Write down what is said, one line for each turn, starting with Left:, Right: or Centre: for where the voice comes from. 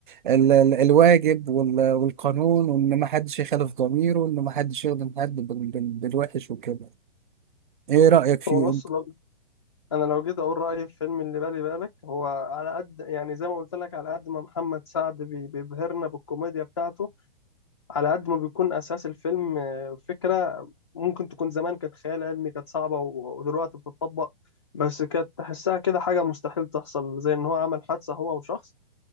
Right: ال ال الواجب وال والقانون وان ما حدش يخالف ضميره وان ما حدش يخدم حد بال بال بالوحش وكده ايه رأيك فيه
Left: هو بص
Right: انت؟
Left: انا لو جيت اقول رايي في فيلم اللي بالي بالك هو على قد يعني زي ما قلت لك على قد ما محمد سعد بي- بيبهرنا بالكوميديا بتاعته على قد ما بيكون اساس الفيلم آه، فكره ممكن تكون زمان كانت خيال علمي كانت صعبه و- ودلوقتي بتطبق بس كانت تحسها كده حاجه مستحيل تحصل زي ان هو عمل حادثه هو وشخص